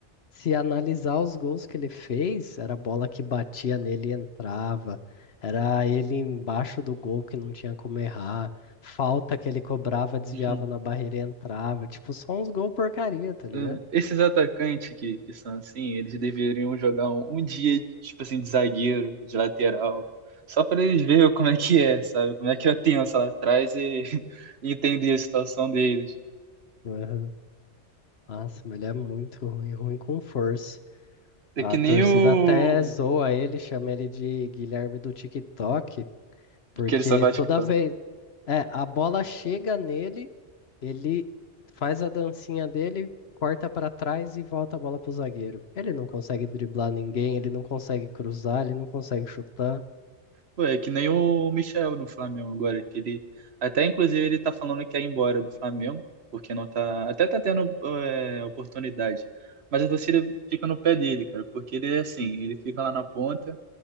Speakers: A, on the left; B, on the right.
A: se analisar os gols que ele fez, era bola que batia nele e entrava. Era ele embaixo do gol que não tinha como errar. Falta que ele cobrava,
B: <laughs>
A: desviava
B: Uhum.
A: na barreira e entrava. Tipo, só uns gols porcaria, tá ligado?
B: Ah, Esses atacantes que, que são assim, eles deveriam jogar um, um dia, tipo assim, de zagueiro, de lateral, só para eles verem como é que é, sabe? Como é que eu tenho lá atrás e <laughs> e entender a situação deles.
A: Uhum. Nossa, mas ele é muito ruim, ruim com força.
B: É
A: A
B: que nem
A: torcida
B: o
A: até zoa ele, chama ele de Guilherme do TikTok, porque
B: aquele Savate
A: toda
B: que tá
A: vez. É, a bola chega nele, ele faz a dancinha dele, corta pra trás e volta a bola pro zagueiro. Ele não consegue driblar ninguém, ele não consegue cruzar, ele não consegue chutar.
B: Pô, é que nem o Michel no Flamengo agora, que ele até inclusive ele tá falando que ia embora do Flamengo, porque não tá, até tá tendo é, oportunidade, mas a torcida fica no pé dele, cara, porque ele é assim, ele fica lá na ponta,